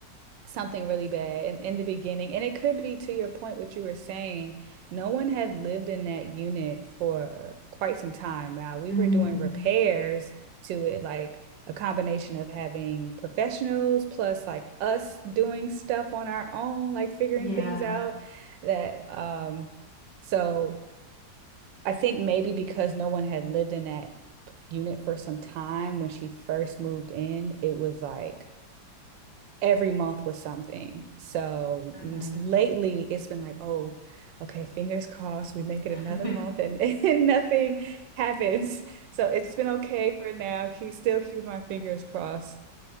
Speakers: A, on the right; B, on the left.
A: something really bad in, in the beginning. And it could be to your point, what you were saying, no one had lived in that unit for quite some time now. We
B: mm,
A: were doing repairs to it, like a combination of having professionals plus like us doing stuff on our own, like figuring
B: yeah.
A: things out. That, um, so I think maybe because no one had lived in that unit for some time when she first moved in, it was like, every month was something. So
B: hmm
A: lately it's been like, oh, okay, fingers crossed, we make it
B: <laughs>
A: another month and, <laughs> and nothing happens. So it's been okay for now. Keep still keeping my fingers crossed.